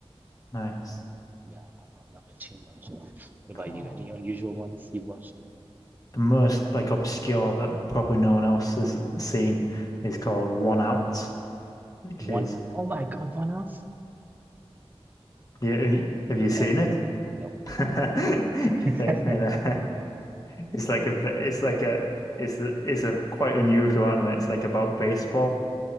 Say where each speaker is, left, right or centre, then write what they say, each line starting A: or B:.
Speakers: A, on the left; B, on the right.
A: Nice.
B: But, uh, yeah, I don't remember too much. What about
A: Cool.
B: you? Any unusual ones you've watched?
A: the most like obscure that probably no one else has seen is called One Out, which
B: One,
A: is
B: oh my God, One Ounce?
A: yeah. Have you have you
B: Never
A: seen
B: heard
A: it?
B: of it. Nope.
A: <laughs> You
B: <laughs>
A: faked me there. It's like a b- it's like a it's a- it's a quite unusual anime. It's like about baseball,